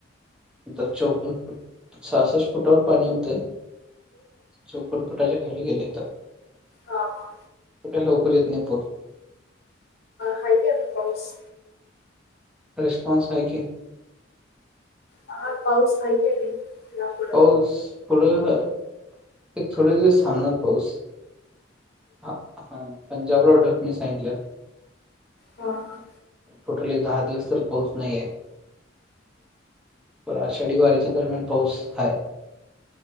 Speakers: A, in the centre; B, on the left.
A: आता चौपन्न फुट सासष्ट फुटावर पाणी होतं. चौपन फूटाच्या खाली गेले आता.
B: हा, हा.
A: काय लवकर येत नाही पूर
B: हाय की नाही पाऊस
A: रिस्पॉन्स आहे की
B: काय पाऊस थांबता येईल. यापुढे,
A: पाऊस पुढ एक थोड दिवस थांबणार पाऊस हा, पंजाबराव वडक कणी सांगितल्यात.
B: हा,
A: टोटल एक दहा दिवस तर पाऊस नाहीये. पण आषाढी वारीच्या दरम्यान पाऊस हाय.